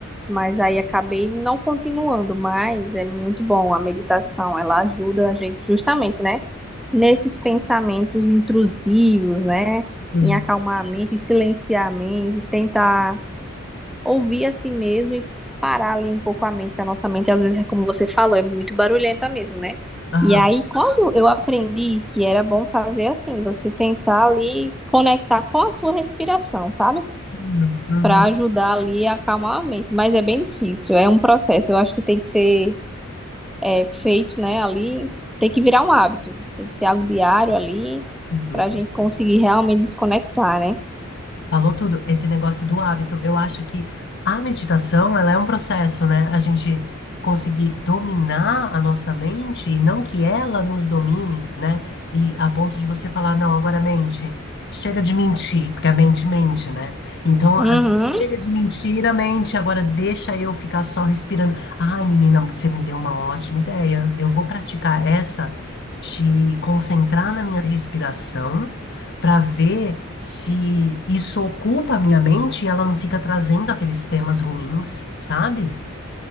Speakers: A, in the centre; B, on the left (about 55°).
A: mas aí acabei não continuando, mas é muito bom a meditação, ela ajuda a gente justamente, né, nesses pensamentos intrusivos, né,
B: Hum.
A: em acalmar a mente, em silenciar a mente, tentar ouvir assim mesmo e parar ali um pouco a mente, que a nossa mente, às vezes, é como você falou, é muito barulhenta mesmo, né?
B: Ah,
A: E aí, quando eu aprendi que era bom fazer assim, você tentar ali conectar com a sua respiração, sabe?
B: hum, uhum,
A: Para ajudar ali a acalmar a mente. Mas é bem difícil, é um processo. Eu acho que tem que ser é, feito, né? Ali, tem que virar um hábito, tem que ser algo diário ali, para
B: uhum,
A: a gente conseguir realmente desconectar, né?
B: Falou tudo, esse negócio do hábito. Eu acho que a meditação, ela é um processo, né? A gente conseguir dominar a nossa mente e não que ela nos domine, né? E a ponto de você falar, não, agora mente, chega de mentir, porque a mente mente, né? Então,
A: Uhum,
B: a- chega de mentir a mente, agora deixa eu ficar só respirando. Ai, menina, você me deu uma ótima ideia. Eu vou praticar essa de concentrar na minha respiração para ver se isso ocupa a minha mente e ela não fica trazendo aqueles temas ruins, sabe?